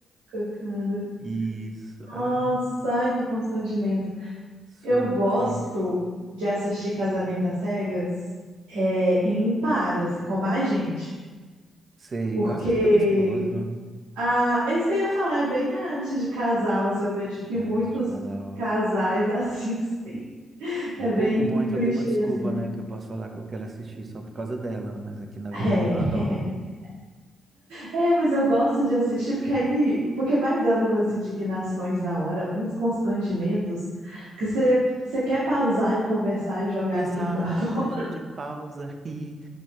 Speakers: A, on the right; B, on the right.
A: Cacada.
B: Isso.
A: Nossa,
B: Ai,
A: ai, que constrangimento.
B: super.
A: Eu gosto de assistir Casamento às Cegas é, em par, assim, com mais gente.
B: Sei,
A: Porque
B: eu assisto com a minha esposa.
A: a, é isso que eu ia falar, é bem reality de casal, assim, eu vejo que
B: Análise
A: muitos
B: de casal.
A: casais <laughs> assistem.
B: É,
A: É bem
B: pô, o bom é que
A: clichê,
B: eu tenho uma desculpa,
A: assim.
B: né? Que eu posso falar que eu quero assistir só por causa dela, mas aqui na verdade
A: É.
B: eu adoro.
A: <laughs> É, mas eu gosto de assistir porque aí, porque vai dando umas indignações na hora, uns constrangimentos que você você quer pausar e conversar e jogar
B: Exato,
A: aquilo pra <laughs> fora.
B: a gente pausa, ri,